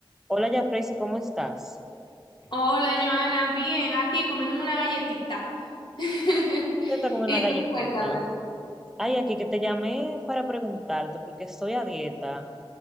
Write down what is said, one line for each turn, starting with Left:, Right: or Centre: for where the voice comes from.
Centre: Hola, Jafrey, ¿cómo estás?
Left: Hola, Joana, bien, aquí comiéndome una galletita. <laughs>
Centre: Te está comiendo
Left: Y
Centre: una galletita.
Left: tú, cuéntame.
Centre: Ay, aquí que te llamé para preguntarte porque estoy a dieta